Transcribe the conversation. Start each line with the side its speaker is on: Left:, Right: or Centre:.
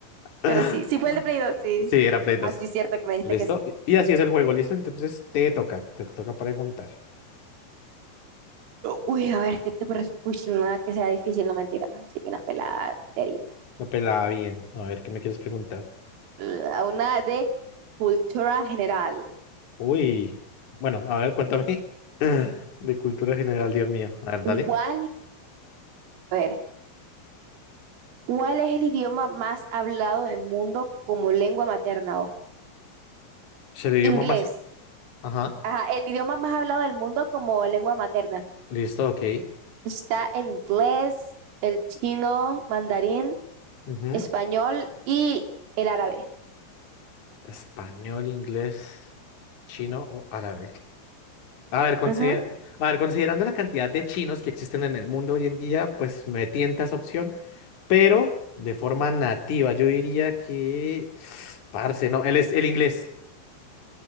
Left: <gasps> <laughs>
Right: Pero sí, sí fue el de Play dos sí.
Left: Sí, era Play dos
Right: Así es cierto que me dijiste
Left: ¿Listo?
Right: que sí.
Left: Y y así es el juego, ¿listo? Entonces te toca, te toca preguntar.
Right: Uy, a ver, ¿qué te parece? Uy, no, nada que sea difícil, no mentira. Sí, una pelada serie.
Left: Lo pelaba bien. A ver, ¿qué me quieres preguntar?
Right: la- una de cultura general.
Left: Uy. Bueno, a ver, cuéntame. <laughs> De cultura general, Dios mío. A ver, dale.
Right: ¿Cuál, a ver, cuál es el idioma más hablado en el mundo como lengua materna? o
Left: se le dio
Right: inglés.
Left: más. Ajá.
Right: Ajá, el idioma más hablado del mundo como lengua materna.
Left: Listo, ok.
Right: Está el inglés, el chino, mandarín,
Left: Ujú.
Right: español y el árabe.
Left: Español, inglés, chino o árabe. A ver, consider-
Right: Ujú.
Left: a ver, considerando la cantidad de chinos que existen en el mundo hoy en día, pues me tienta esa opción, pero de forma nativa, yo diría que, <sighs> parce, no, el, es- el inglés